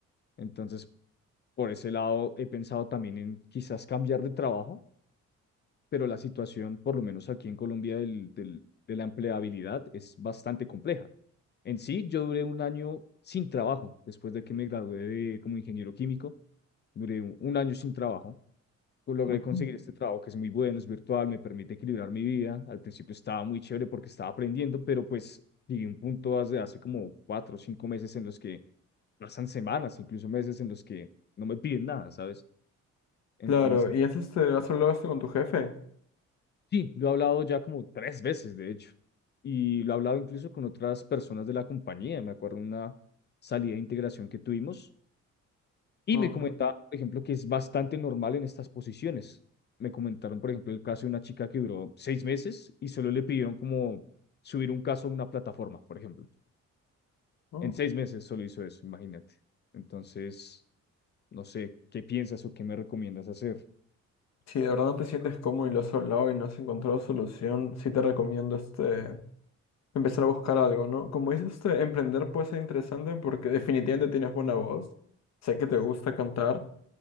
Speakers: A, on the left (about 35°); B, on the left (about 60°).
A: Entonces, por ese lado, he pensado también en quizás cambiar de trabajo, pero la situación, por lo menos aquí en Colombia, del, del- de la empleabilidad es bastante compleja. En sí, yo duré un año sin trabajo después de que me gradué de- como ingeniero químico, duré un un año sin trabajo pues, logré
B: Ujú.
A: conseguir este trabajo que es muy bueno, es virtual, me permite equilibrar mi vida. Al principio estaba muy chévere porque estaba aprendiendo, pero pues llegué a un punto hace, hace como cuatro o cinco meses en los que pasan semanas, incluso meses en los que no me piden nada, ¿sabes? Entonces,
B: Claro. ¿Y has, este, has hablado esto con tu jefe?
A: sí, lo he hablado ya como tres veces, de hecho, y lo he hablado incluso con otras personas de la compañía. Me acuerdo una salida de integración que tuvimos Y
B: Oh,
A: me comentaban, por ejemplo, que es bastante normal en estas posiciones. Me comentaron, por ejemplo, el caso de una chica que duró seis meses y solo le pidieron como subir un caso a una plataforma, por ejemplo.
B: oh.
A: En seis meses solo hizo eso, imagínate. Entonces, no sé, ¿qué piensas o qué me recomiendas hacer?
B: Si de verdad no te sientes cómodo y lo has hablado y no has encontrado solución, sí te recomiendo este empezar a buscar algo, ¿no? Como dices, este, emprender puede ser interesante porque definitivamente tienes buena voz, sé que te gusta cantar